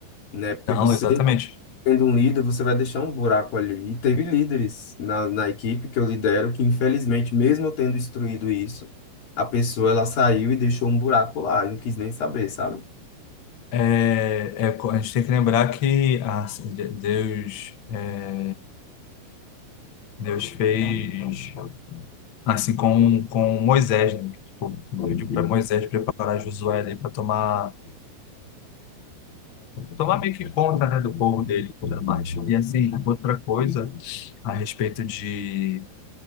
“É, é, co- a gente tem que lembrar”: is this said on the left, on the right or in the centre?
Left